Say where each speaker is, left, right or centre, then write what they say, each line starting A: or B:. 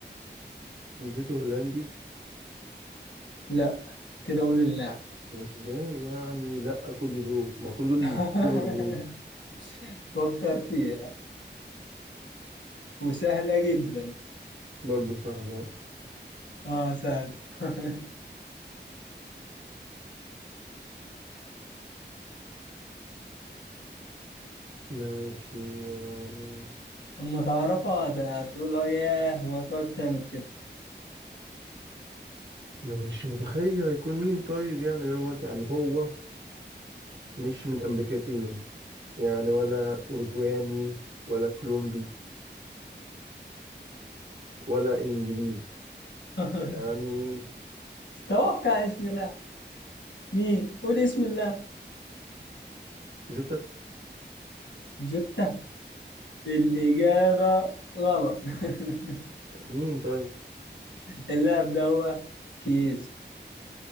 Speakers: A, on the right; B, on the left.
A: جنسيته هولندي
B: لا كده قول اللاعب
A: طب ازاي يعني لا كل دول ما كل دول
B: <laughs>
A: ليفربول
B: فكر فيها وسهلة جدا
A: برضه سهلة
B: اه سهل <laughs>
A: ماشي يعني
B: اما تعرفها هت- هتقول اه ياه وتقعد تعمل كده
A: مش متخيل هيكون مين طيب يعني دوت يعني هو مش من امريكتين يعني ولا اوروجواني ولا كولومبي ولا انجليزي
B: <laughs>
A: يعني
B: توقع اسم الله مين قول اسم الله
A: جوتا
B: جوتا الإجابة غلط <laughs>
A: مين طيب
B: اللاعب ده هو كيزو